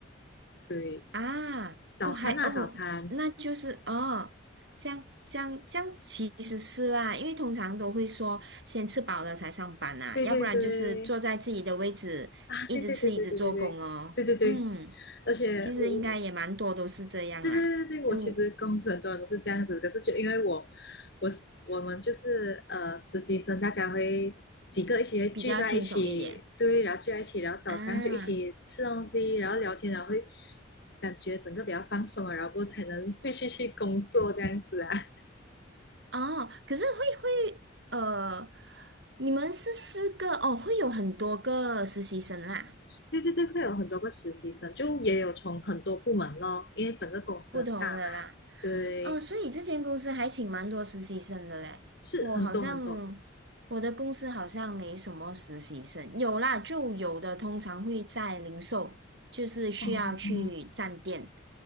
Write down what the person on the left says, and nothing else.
对，
早餐啊，
早餐，
对对对，
啊，对对对对对对对对对对，
而且我我
对对对对，我其实公司很多人都是这样子，
可是就因为我，我我们就是呃实习生，大家会几个一起会聚在一起，
对，然后聚在一起，然后早上就一起吃东西，
然后聊天，然后会感觉整个比较放松了，然后过后才能继续去工作这样子啊。<laughs>
对对对，会有很多个实习生，就也有从很多部门咯，因为整个公司很大嘛，
对，
是很多很多，
哦，哦，